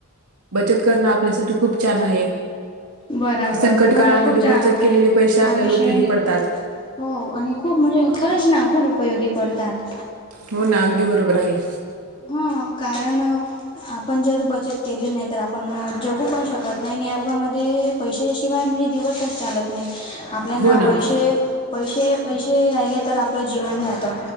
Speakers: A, on the right; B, on the left.
A: बचत करणं आपल्यासाठी खूप छान आहे.
B: बराबर
A: संकट
B: खरंच
A: काळामध्ये
B: खूप छान
A: बचत
B: आहे
A: केलेले पैसे आपल्याला
B: हा विषय
A: उपयोगी पडतात.
B: हो आणि खूप म्हणजे खरंच ना खूप उपयोगी पडतात.
A: हो ना. अगदी बरोबर आहे.
B: हो. कारण अ आपण जर बचत केली नाही तर आपण जगू पण शकत नाही आणि या युगामध्ये पैशाशिवाय म्हणजे दिवस चालत नाही आ आपल्याना
A: हो ना
B: पैसे पैसे पैसे राहिले तर आपलं जीवन जातं.